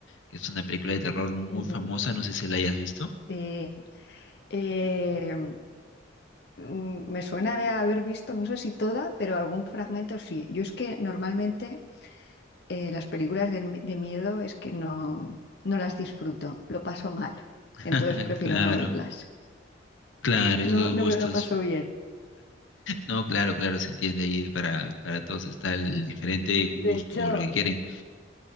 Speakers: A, on the left (about 85°); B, on the left (about 60°).
A: que es una película de terror muy
B: ujú.
A: famosa, no sé si la hayas visto.
B: Sí. Eh, mm, me suena de haber visto, no sé si toda, pero algún fragmento sí. Yo es que normalmente eh, las películas de, mi- de miedo es que no, no las disfruto, lo paso mal.
A: <laughs>
B: Entonces prefiero
A: Claro,
B: no verlas.
A: claro, esos
B: No, no
A: gustos.
B: me lo paso bien.
A: No, claro, claro, se entiende ahí para, para todos está el diferente gusto
B: De hecho,
A: o lo que quieren.